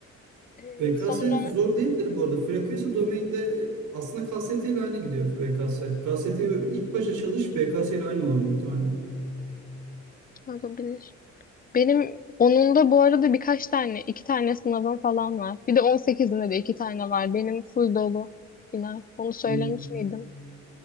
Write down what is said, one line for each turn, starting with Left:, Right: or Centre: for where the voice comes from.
Left: Ee,
Right: BKS
Left: sonra
Right: zor değildir bu arada. Frekansı domainde aslında KST ile aynı gidiyor BKS. KST ilk başa çalış BKS ile aynı olur büyük ihtimalle.
Left: olabilir? Benim onun da bu arada birkaç tane, iki tane sınavım falan var. Bir de on sekizinde de iki tane var. Benim full dolu. Yine onu söylemiş
Right: Hmm.
Left: miydim?